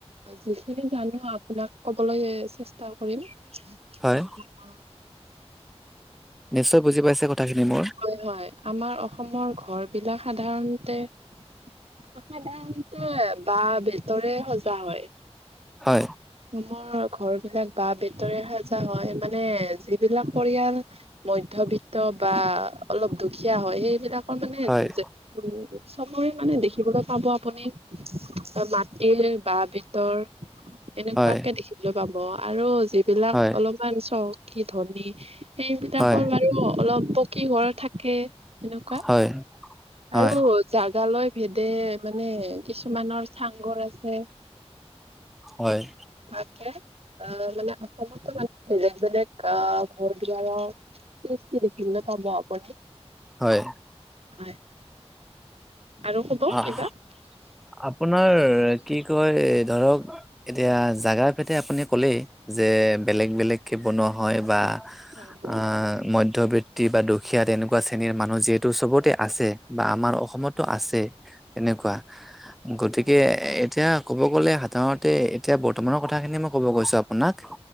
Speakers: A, on the right (about 65°); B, in the centre.
A: যিখিনি জানো আপোনাক ক'বলৈ চেষ্টা কৰিম। কি
B: হয়
A: কও?
B: নিশ্চয় বুজি পাইছে কথাখিনি মোৰ
A: হয়-হয়, আমাৰ অসমৰ ঘৰ বিলাক সাধাৰণতে সাধাৰণতে বাঁহ-বেটৰে সজা হয়।
B: হয়
A: অসমৰ ঘৰ বিলাক বাঁহ-বেতৰে সাজা হয়। মানে যিবিলাক পৰিয়াল মধ্য মধ্যবিত্ত বা অলপ দুখীয়া হয় সেইবিলাকৰ মানে <unintelligible>
B: হয়
A: চবৰে মানে দেখিবলৈ পাব আপুনি মাটিৰ বাঁহ-বেতৰ এনেকুৱাকে
B: হয়
A: দেখিবলৈ পাব আৰু যিবিলাক
B: হয়
A: অলপমান চহকী ধনী সেইবিলাকৰ
B: হয়
A: বাৰু অলপ পকী ঘৰ থাকে সেনেকুৱা।
B: হয় হয় হয়
A: আৰু জাগা লৈ ভেদে মানে কিছুমানৰ চাংঘৰ আছে।
B: হয়
A: মাকে <unintelligible> অ, মানে অসমতো মানুহে বেলেগ-বেলেগ অ, ঘৰ দুৱাৰৰ সৃষ্টি দেখিবলে হ'ব আপুনি
B: হয়।
A: হয়, আৰু কব
B: আহ
A: কিবা?
B: আপোনাৰ কি কয় এ', ধৰক? এতিয়া জাগা', এতিয়া আপুনি ক'লেই যে বেলেগ-বেলেগকে বনোৱা হয় বা
A: হয় হয়
B: মধ্য মধ্যবৃত্তি বা দুখীয়া তেনেকুৱা শ্ৰেণীৰ মানুহ যিহেতু চবতে আছে বা আমাৰ অসমতো আছে তেনেকুৱা গতিকে
A: হয়
B: এতিয়া ক'ব গ'লে সাধাৰণতে এতিয়া বৰ্তমানৰ কথাখিনিয়ি মই ক'ব গৈছো আপোনাক